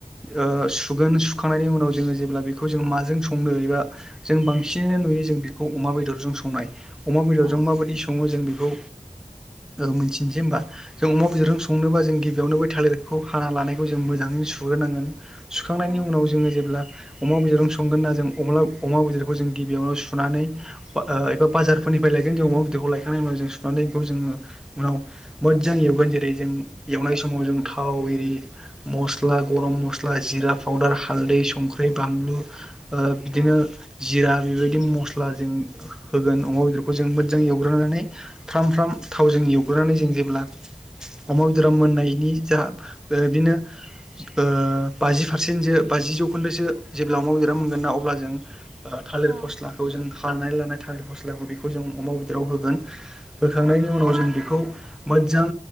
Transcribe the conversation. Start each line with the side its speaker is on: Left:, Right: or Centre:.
Centre: ओ सुगोन सुखांनायनि उनाव जों जेब्ला बेखौ बेखौ जों माजों संनो एबा जों बांसिनानो नुयो जों बेखौ अमा बेदरजों संनाय। अमा बेदरजों
Right: औ
Centre: माबायदि सङो जों बेखौ मिथिनोसै होनबा जों अमा बेदरजों संनोबा जों गिबियावनो बै थालिरखौ हा लानायखौ जों मोजाङै सुग्रोनांगोन सुखांनायनि
Right: औ
Centre: उनाव जोङो जेब्ला अमा बेदरनो संगोन ना जों अमा बेदरखौ जों गिबियावनो सुनानै एबा बाजारफोरनिफ्राय लायगोन अमा बेदरखौ लायखांनायनि उनाव सुनानै बेखौ जों उनाव मोजां एवगोन जेरै जों एवनाय समाव जों थाव एरि मस्ला गरम मस्ला जिरा पाउदार हाल्दै संख्रि संख्रि बानलु बिदिनो
Right: औ
Centre: जिरा बेबायदि मस्ला अब्ला जों होगोन अमा बेदरखौ जों मोज्जां एवग्रोनानै फ्राम फ्राम थावजों एवग्रोनानै जों जेब्ला अमा बेदरा मोननायनि जा दो दिनो ओ बाजि पारसेन्टसो बाजि जौखोन्दोसो जेब्ला अमा बेदरा मोनगोन ना अब्ला जों ओ थालिर
Right: औ
Centre: फस्लाखौ जों खारनानै लानाय थालिर फस्लाखौ बेखौ जो जों अमा बेदराव होगोन होखांनायनि उनाव जों बेखौ मोज्जां